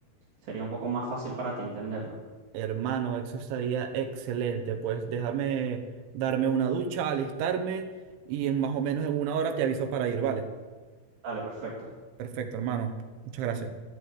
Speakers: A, on the right; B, on the right.
A: Sería un poco más fácil para ti entenderlo.
B: hermano, eso estaría excelente. Pues déjame darme una ducha, alistarme y en más o menos en una hora te aviso para ir, ¿vale?
A: Dale, perfecto.
B: Perfecto, hermano. Muchas gracias.